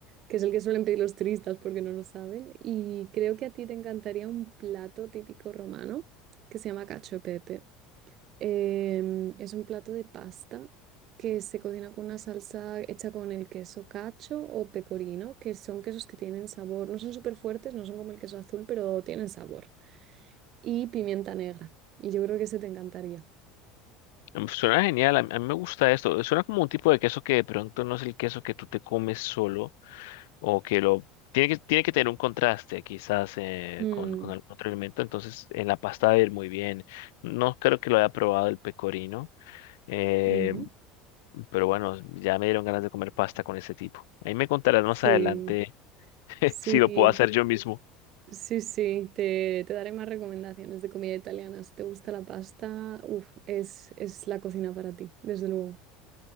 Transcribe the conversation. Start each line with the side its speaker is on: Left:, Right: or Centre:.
Right: que es el que suelen pedir los turistas porque no lo saben. Y creo que a ti te encantaría un plato típico romano que se llama cacio e pepe. Em, es un plato de pasta que se cocina con una salsa hecha con el queso cacho o pecorino, que son quesos que tienen sabor, no son súper fuertes, no son como el queso azul, pero tienen sabor. Y pimienta negra. Y yo creo que ese te encantaría.
Left: Mm, Suena genial, a a mí me gusta esto. Suena como un tipo de queso que de pronto no es el queso que tú te comes solo o que lo... Tiene que, tiene que tener un contraste quizás eh,
Right: Mm,
Left: con, con algún otro elemento, entonces en la pasta va a ir muy bien. No creo que lo haya probado el pecorino, eh,
Right: ujú.
Left: pero bueno, ya me dieron ganas de comer pasta con ese tipo. Ahí me contarás más
Right: Sí,
Left: adelante <laughs>
Right: sí,
Left: si lo puedo hacer yo mismo.
Right: sí, sí. Te, te daré más recomendaciones de comida italiana. Si te gusta la pasta, uf, es, es la cocina para ti, desde luego.